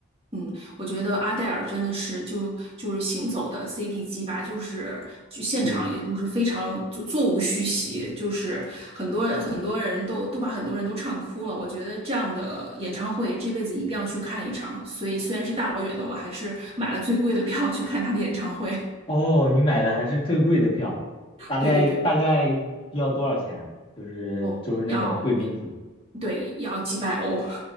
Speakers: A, on the right; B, on the left.
A: 嗯，我觉得阿黛尔真的是就就是行走的 CD 机吧，就是就现场也都是非常就座无虚席，
B: 对，
A: 就是很多很多人都都把很多人都唱哭了。我觉得这样的演唱会这辈子一定要去看一场，所以虽然是大老远的，我还是买了最贵的票去看他的演唱会。
B: 哦，你买的还是最贵的票，
A: <laughs>
B: 大概大概要多少钱啊？
A: 对对对，
B: 就是就是那种贵宾席，
A: 哦，要对要几百欧。<laughs>